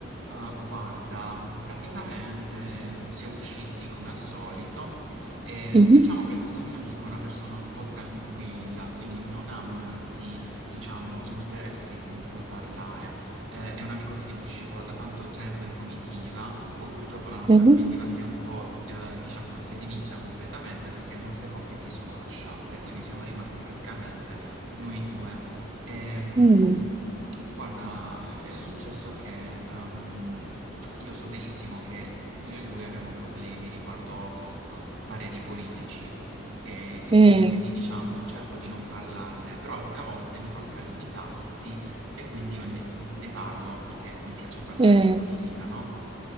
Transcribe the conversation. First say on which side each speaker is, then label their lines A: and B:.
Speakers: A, on the right (about 75°); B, on the right (about 25°).
A: Ah, guarda, praticamente mm, siamo usciti come al solito e
B: Mhm,
A: diciamo che questo mio amico è una persona un po' tranquilla, quindi non ha molti, diciamo, interessi con cui parlare. Eh, è un amico che tipo uscivo da tanto tempo in comitiva, poi purtroppo la nostra
B: mhm,
A: comitiva si è un po', eh, diciamo, si è divisa completamente perché molte coppie si sono lasciate, quindi siamo rimasti praticamente noi due. Ehm,
B: mm,
A: guarda, è successo che ehm, io so benissimo che io e lui abbiamo problemi riguardo eh, pareri politici e, e
B: mm,
A: quindi diciamo cerco di non parlarne, però alcune volte mi tocca alcuni tasti e quindi io ne ne parlo perché mi piace parlare
B: mm,
A: di politica, no?